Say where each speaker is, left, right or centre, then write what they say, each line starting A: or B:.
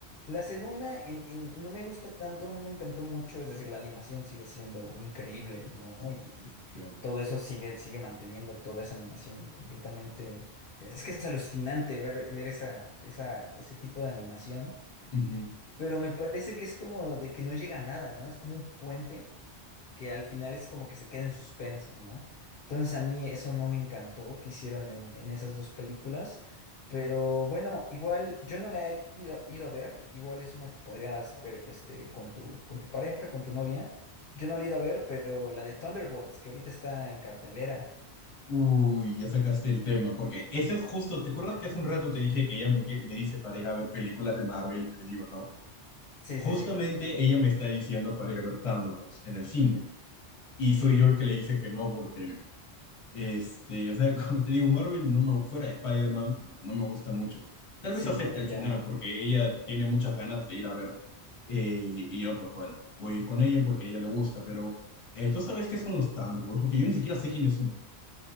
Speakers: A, on the left; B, on the left.
A: La segunda en, en, no me gusta tanto, no me encantó mucho, es decir, la animación sigue siendo increíble, ¿no?
B: Sí,
A: Y, y
B: definitivamente.
A: todo eso sigue, sigue manteniendo toda esa animación completamente. Es que es alucinante ver, ver esa, esa, ese tipo de animación,
B: Ujú.
A: pero me parece que es como de que no llega a nada, ¿no? Es como un puente que al final es como que se queda en suspenso, ¿no? Entonces a mí eso no me encantó que hicieron en, en esas dos películas, pero bueno, igual yo no la he ido, ido a ver, igual es una que podrías ver este, con tu, con tu pareja, con tu novia. Yo no la he ido a ver, pero la de Thunderbolts, que ahorita está en cartelera.
B: Uy, ya sacaste el tema, porque ese es justo, ¿te acuerdas que hace un rato te dije que ella me, que- me dice para ir a ver películas de Marvel y yo le digo no?
A: Sí,
B: Justamente
A: sí, sí,
B: ella me está diciendo para ir a ver Thunderbolts en el cine. Y
A: sí,
B: soy yo el que le dice que no, porque Este, o sea, <laughs> como te digo, Marvel no me, fuera de Spider-Man no me gusta mucho. Tal
A: sí,
B: vez acepte
A: no te
B: al final,
A: llamo
B: porque ella tiene muchas ganas de ir a ver. eh, y yo, pues bueno, voy a ir con ella porque a ella le gusta, pero eh, ¿tú sabes qué son los Thunderbolts? Porque yo ni siquiera sé quiénes son.